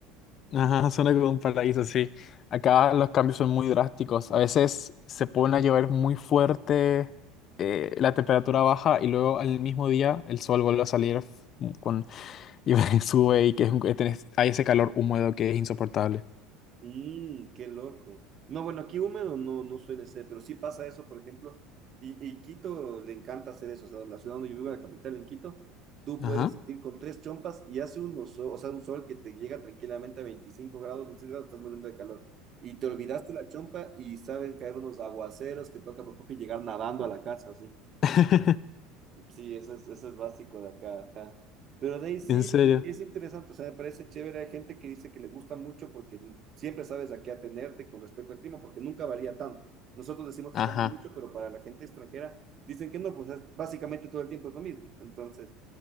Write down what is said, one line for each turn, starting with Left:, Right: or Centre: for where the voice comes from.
Left: Ajá, suena como un paraíso, sí. Acá los cambios son muy drásticos. A veces se pone a llover muy fuerte, eh, la temperatura baja y luego al mismo día el sol vuelve a salir con, y <laughs> sube y que es un- tenés- hay ese calor húmedo que es insoportable.
Right: Mm, qué loco. No, bueno, aquí húmedo no, no suele ser, pero sí pasa eso, por ejemplo, y, y Quito le encanta hacer eso, o sea, la ciudad donde yo vivo, la capital en Quito, tú
Left: Ajá.
Right: puedes salir con tres chompas y hace un sol, o sea, un sol que te llega tranquilamente a 25 grados, 26 grados, estás muriendo de calor, y te olvidaste la chompa y saben caer unos aguaceros que toca por poco y llegar nadando a la casa, así.
Left: <laughs>
Right: Sí, eso es, eso es básico de acá, ajá. Pero de ahí sí,
Left: ¿En serio?
Right: es interesante, o sea, me parece chévere. Hay gente que dice que le gusta mucho porque siempre sabes a qué atenerte con respecto al clima, porque nunca varía tanto. Nosotros decimos
Left: Ajá.
Right: que cambia mucho, pero para la gente extranjera dicen que no, pues es- básicamente todo el tiempo es lo mismo. Entonces,